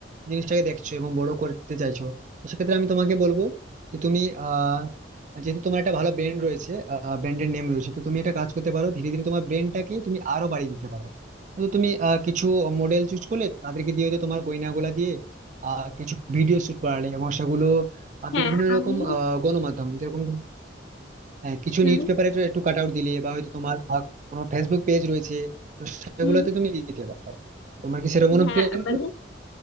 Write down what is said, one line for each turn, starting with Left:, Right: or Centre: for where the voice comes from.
Right: জিনিসটাকে দেখছো এবং বড় করতে চাইছো তো সেক্ষেত্রে আমি তোমাকে বলবো যে তুমি আহ যেহেতু তোমার একটা ভালো ব্র্যান্ড রয়েছে ব্র্যান্ডের নেম রয়েছে তো তুমি একটা কাজ করতে পারো ধীরে ধীরে তোমার ব্র্যান্ডটাকে তুমি আরো বাড়িয়ে দিতে পারো তো তুমি আহ, কিছু মডেল চুজ করলে তাদেরকে দিয়ে হয়তো তোমার গয়নাগুলা দিয়ে আহ কিছু ভিডিও শুট করালে এবং সেগুলো আহ,
Left: হ্যাঁ
Right: বিভিন্ন
Left: আমিও
Right: রকম আহ গণমাধ্যম যেরকম হ্যাঁ, কিছু
Left: হুম
Right: নিউজ পেপারে একটু কাট আউট দিলে বা হয়তো তোমার বা কোনো ফেসবুক পেজ রয়েছে তো সেগুলোতে
Left: হুম
Right: তুমি দিতে পারো তোমার কি সেরকম কোনো
Left: হ্যাঁ
Right: প্ল্যান
Left: মানে